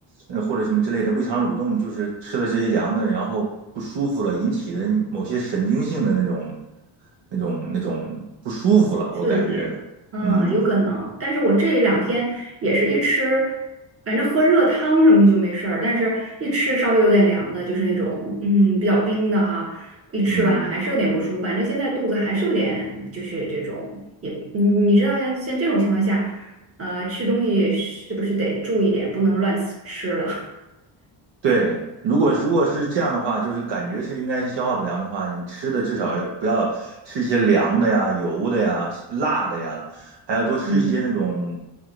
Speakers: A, on the right (about 60°); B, on the right (about 30°).
A: 呃或者什么之类的胃肠蠕动，就是吃了这些凉的，然后不舒服了引起的某些神经性的那种、那种、那种不舒服了，
B: 刺激，
A: 我感觉，
B: 嗯，
A: 嗯
B: 有可能。但是我这两天也是一吃，反正喝热汤什么的就没事儿，但是一吃稍微有点凉的，就是那种嗯比较冰的哈，一吃完还是有点不舒服。
A: 嗯。
B: 反正现在肚子还是有点，就是这种也，你你知道像像这种情况下，呃，吃东西是不是得注意点，不能乱吃了？
A: 对，如果如果是这样的话，就是感觉是应该是消化不良的话，你吃的至少不要吃一些凉的呀、油的呀、辣的呀，还要多吃一些那种
B: <laughs> 嗯。